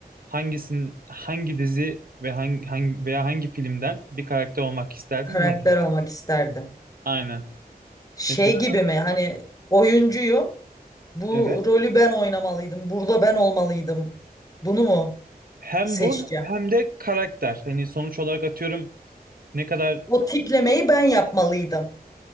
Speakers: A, on the right; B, on the left.
A: hangisin hangi dizi ve hangi, hangi veya hangi filmden bir karakter olmak isterdin?
B: Karakter
A: Neden?
B: olmak isterdi.
A: Aynen.
B: Şey
A: Mesela
B: gibi mi? Hani oyuncuyum. Bu
A: evet.
B: rolü ben oynamalıydım. Burada ben olmalıydım. Bunu mu
A: Hem
B: seçeceğim?
A: bu hem de karakter. Hani sonuç olarak atıyorum ne kadar
B: O tiplemeyi ben yapmalıydım